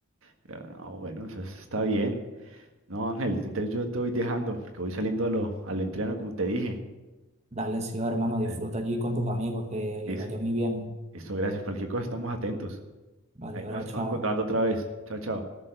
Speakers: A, on the right; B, on the right.
A: Pero, no, bueno, eso está bien. No, Ángel, entonces yo te voy dejando porque voy saliendo a lo, al entreno, como te dije.
B: Dale, sí, va, hermano, disfruta
A: Eh,
B: allí con tus amigos, que
A: Listo,
B: les vaya muy bien.
A: listo, gracias. Cualquier cosa, estamos atentos.
B: Vale,
A: Ahí
B: bro,
A: nos estamos
B: chao.
A: encontrando otra vez. Chao, chao.